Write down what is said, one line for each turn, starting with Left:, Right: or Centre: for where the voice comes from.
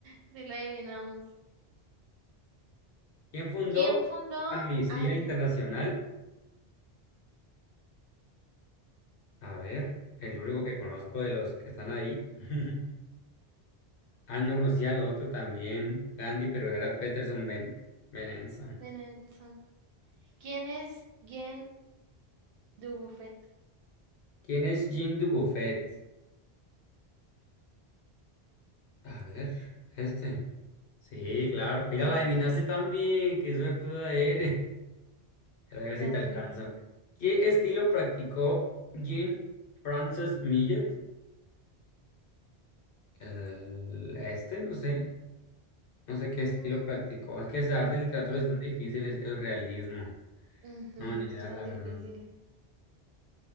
Right: Si la adivinamos.
Left: <laughs> ¿Quién fundó
Right: ¿Quién fundó?
Left: Amnistía
Right: Ah,
Left: Internacional?
Right: sí,
Left: A ver. El único que conozco de los que están ahí. <laughs> Ah, no conocía al otro también. Gandhi, pero era Peterson Ben Benenson.
Right: Benenson. ¿Quién es Jean Dubuffet?
Left: ¿Quién es Jean Dubuffet? A ver. Este. Sí, claro. Mira,
Right: Eh,
Left: la adivinaste también. Qué suertuda eres. A ver
Right: la
Left: si te
Right: adiviné.
Left: alcanzo. ¿Qué estilo practicó Jean-Francis Millet? El este, no sé. No sé qué
Right: Mm,
Left: estilo practicó. Es que esa arte y literatura
Right: mm,
Left: es tan difícil, es el realismo.
Right: ujú,
Left: No, ni idea,
Right: sí, están
Left: la
Right: difíciles.
Left: verdad.